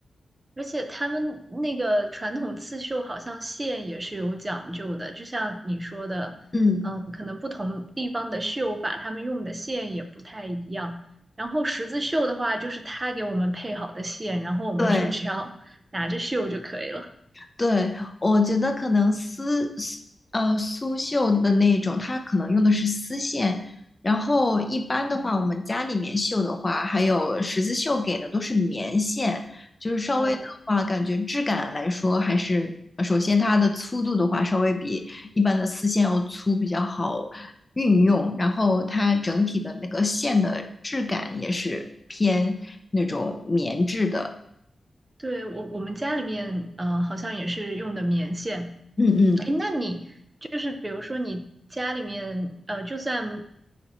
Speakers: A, on the right; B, on the left.
A: 而且他们那个传统刺绣好像线也是有讲究的，就像你说的，
B: 嗯，
A: 嗯，可能不同地方的绣法，他们用的线也不太一样。然后十字绣的话，就是他给我们配好的线，然后我们就只要
B: 对。
A: <laughs> 拿着绣就可以了。
B: 对，我觉得可能丝丝呃苏绣的那种，它可能用的是丝线，然后一般的话，我们家里面绣的话，还有十字绣给的都是棉线，就是稍微的话，
A: 哦，
B: 感觉质感来说还是呃首先它的粗度的话，稍微比一般的丝线要粗，比较好运用，然后它整体的那个线的质感也是偏那种棉质的，
A: 对，我我们家里面，呃，好像也是用的棉线。
B: 嗯嗯
A: 诶，那你就是比如说你家里面，呃，就算